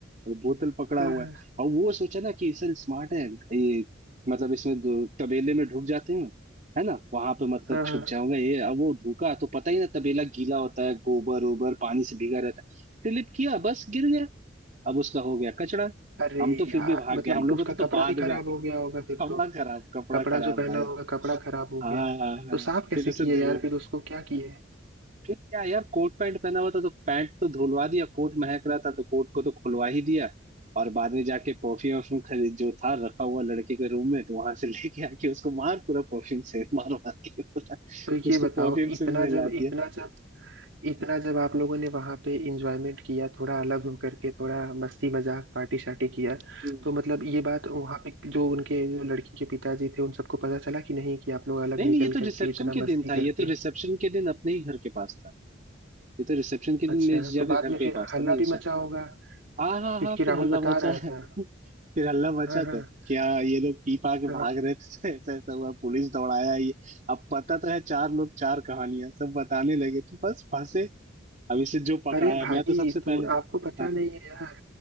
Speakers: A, on the right (about 40°); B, on the right (about 80°).
A: और बोतल पकड़ा
B: हाँ
A: हुआ है और वो सोचा ना कि सर स्मार्ट है ये मतलब इसमें दो- तबेले में ढुक जाते हैं है ना वहां पे मतलब
B: हाँ हाँ,
A: छुप जाऊंगा ये अब वो ढुका तो पता ही ना तबेला गीला होता है गोबर ओबर पानी से भीगा रहता है स्लिप किया बस गिर गया अब उसका हो गया कचड़ा
B: अरे
A: हम तो
B: यार
A: फिर भी भाग
B: मतलब
A: गए हम लोगों
B: उसका
A: तो, तो
B: कपड़ा
A: बाद
B: भी खराब
A: में आया।
B: हो गया होगा फिर
A: कपड़ा
B: तो
A: खराब कपड़ा
B: कपड़ा
A: खराब
B: जो पहना
A: भाई
B: होगा कपड़ा खराब हो
A: हाँ
B: गया
A: हाँ हाँ
B: तो साफ कैसे
A: फिर उसे
B: किए
A: धुलवा
B: यार फिर उसको क्या किए
A: फिर क्या यार कोट पैंट पहना हुआ था तो पैंट तो धुलवा दिया कोट महक रहा था तो कोट को तो खुलवा ही दिया और बाद में जाके परफ्यूम वर्फ्यूम खरीद जो था रखा हुआ लड़के के रूम में तो वहां से <laughs> लेके आके उसको मार पूरा परफ्यूम से मार मार के पूरा
B: तो
A: उसको
B: ये बताओ
A: परफ्यूम
B: इतना
A: से भी नहला
B: जब
A: दिया
B: इतना जब इतना जब आप लोगों ने वहां पे इंजॉयमेंट किया थोड़ा अलग हो करके थोड़ा मस्ती मजाक पार्टी शार्टी किया
A: हम्म।
B: तो मतलब ये बात वहां पे जो उनके जो लड़की के पिताजी थे उन सबको पता चला कि नहीं कि आप लोग अलग
A: नहीं नहीं
B: निकल
A: ये तो
B: करके
A: रिसेप्शन
B: इतना
A: के
B: मस्ती
A: दिन था
B: करके
A: ये तो रिसेप्शन के दिन अपने ही घर के पास था ये तो रिसेप्शन के दिन
B: अच्छा
A: मेरी जीजा
B: तो बाद
A: के घर
B: में
A: के
B: फिर
A: ही पास
B: हल्ला
A: था ना ये
B: भी मचा होगा
A: हाँ हाँ
B: क्योंकि
A: हाँ फिर
B: राहुल
A: हल्ला
B: बता
A: मचा
B: रहा
A: है
B: था
A: <laughs> फिर हल्ला मचा
B: हाँ हाँ
A: तो क्या ये लोग पी पा के
B: हाँ
A: भाग रहे थे <laughs> ऐसा ऐसा हुआ पुलिस दौड़ाया ये अब पता तो है चार लोग चार कहानियां सब बताने लगे तो बस फंसे अब इसे जो पकड़ाया
B: अरे भाई
A: मैं तो सबसे
B: तुम
A: पहले
B: आपको पता
A: हाँ
B: नहीं है यार